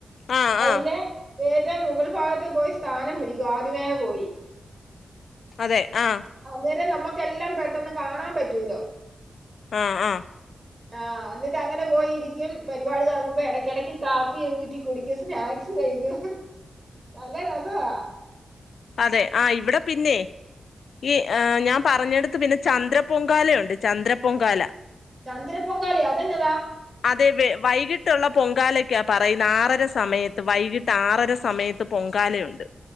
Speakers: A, on the left; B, on the right.
A: ആ
B: അയിന്റെ
A: ആ
B: ഏറ്റവും മുകൾ ഭാഗത്ത് പോയി സ്ഥാനം പിടിക്കും ആദ്യമേ പോയി.
A: അതെ ആഹ്.
B: അന്നേരം നമ്മുക്കെല്ലാം പെട്ടെന്ന് കാണാൻ പറ്റൂലോ.
A: ആഹ് ആഹ്.
B: <inaudible> ആഹ് എന്നിട്ട് അങ്ങനെ പോയിരിക്കും പരിപാടി തുടങ്ങുമ്പോ ഇടക്കിടക്ക് കാപ്പി ഊറ്റി കുടിക്ക സ്നാക്സ് കഴിക്കും നല്ല രസവാ
A: അതെ ആഹ് ഇവിടെ പിന്നെ ഈ ആഹ് ഞാൻ പറഞ്ഞടുത്ത് പിന്നെ ചന്ദ്ര പൊങ്കാലുണ്ട് ചന്ദ്രപൊങ്കാല.
B: ചന്ദ്ര പൊങ്കാലയൊ അതന്നതാ.
A: അതെ വ വൈകിട്ടുള്ള പൊങ്കാലൊക്കാ പറയുന്ന ആറര സമയത്ത് വൈകിട്ട് ആറര സമയത്ത് പൊങ്കാലയുണ്ട്.